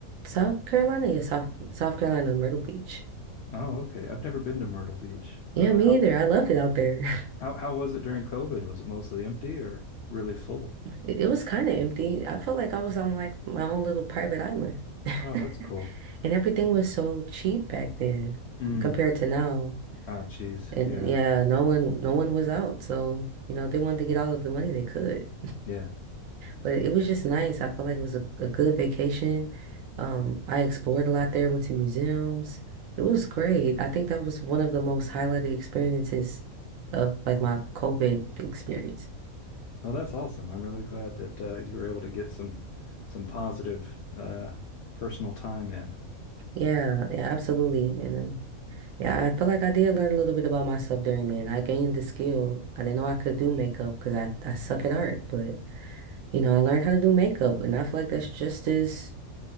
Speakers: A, on the right (about 70°); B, on the left (about 65°).
A: South Carolina, yeah, South South Carolina, Myrtle Beach.
B: Oh, okay. I've never been to Myrtle Beach.
A: Yeah,
B: Uh,
A: me
B: how
A: either. I loved it out there. <laughs>
B: how how was it during COVID? Was it mostly empty or really full?
A: It, it was kind of empty. I felt like I was on like my own little private island.
B: Oh,
A: <laughs>
B: that's cool.
A: And everything was so cheap back then
B: Mm.
A: compared to now.
B: Oh, geez.
A: And
B: Yeah.
A: yeah, no one no one was out, so you know, they wanted to get all of the money they could.
B: Yeah.
A: But it was just nice. I felt like it was a, a good vacation. Um, I explored a lot there, went to museums. It was great. I think that was one of the most highlighted experiences of like my COVID experience.
B: Well, that's awesome. I'm really glad that uh, you were able to get some some positive uh, personal time in.
A: Yeah, yeah, absolutely. And then, yeah, I feel like I did learn a little bit about myself during then. I gained the skill. I didn't know I could do makeup because I, I suck at art, but you know, I learned how to do makeup and I feel like that's just as,